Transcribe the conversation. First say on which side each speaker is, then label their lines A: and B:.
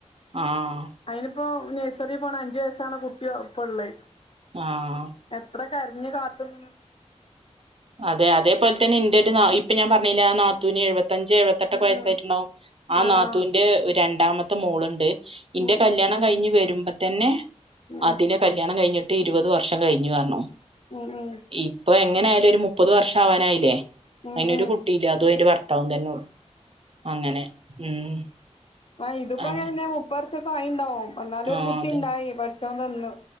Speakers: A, on the right; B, on the left.
A: ആഹ്
B: അയിനിപ്പോ നഴ്സറി പോണ അഞ്ചു വയസ്സാണ് കുട്ടിയ പ്പള്ളത്.
A: ആഹ്
B: എത്ര കരഞ്ഞ് കാത്ത്ന്ന്ണ്
A: അതെ അതേപോൽതന്നെ ഇന്റൊരു നാ ഇപ്പഞാൻ പർഞ്ഞീലെ ആ നാത്തൂന് എഴുവത് ത്തഞ്ച് എഴുപത്തെട്ടൊക്കെ വയസ്സായിട്ടുണ്ടാവും.
B: ഉം
A: ആ
B: ആഹ്
A: നാത്തൂന്റെ രണ്ടാമത്തെ മോള്ണ്ട്. ഇന്റെ
B: ഉം ഉം
A: കല്യാണം കഴിഞ്ഞു വരുമ്പ തന്നെ
B: ഉം
A: അതിനെ കല്യാണം കഴിഞ്ഞിട്ട് ഇരുപത് വർഷം കഴിഞ്ഞു പറഞ്ഞു
B: ഉം ഉം
A: ഇപ്പൊ എങ്ങനായാലും ഒരു മുപ്പത് വർഷാവാനായിലേ? അയ്നൊരു
B: ഉം ഉം
A: കുട്ടില്ല. അതും അയ്ന്റെ ഭർത്താവും തന്നെ ഉള്ളു. അങ്ങനെ ഉം
B: ആഹ്‌ ഇതുപ്പോ
A: അങ്ങ
B: അങ്ങനെന്നെ മുപ്പർഷൊക്കെ ആയിണ്ടാവും. എന്നാലു
A: ആഹ്
B: ഒരു കുട്ടിണ്ടായി.
A: അതന്നെ
B: പട്ച്ചോൻ തന്ന്.